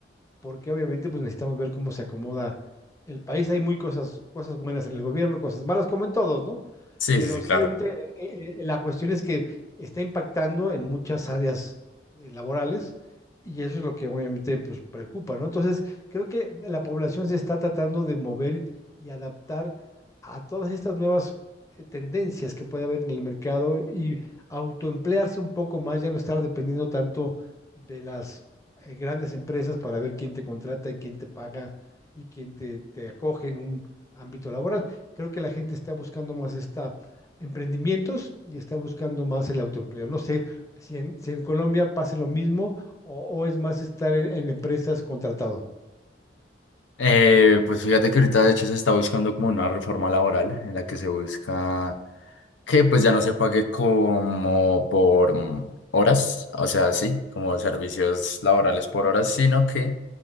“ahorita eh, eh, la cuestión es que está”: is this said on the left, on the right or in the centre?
Left